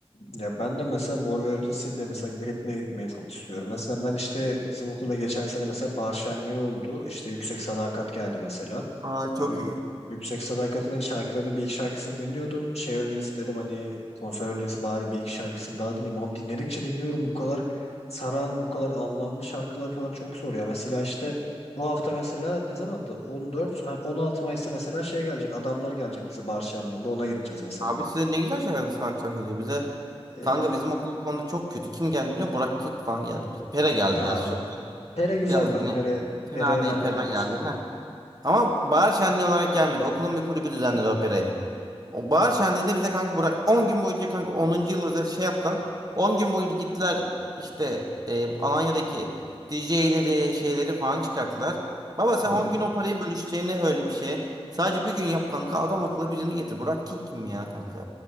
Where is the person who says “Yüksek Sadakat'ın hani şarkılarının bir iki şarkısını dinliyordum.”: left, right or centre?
Left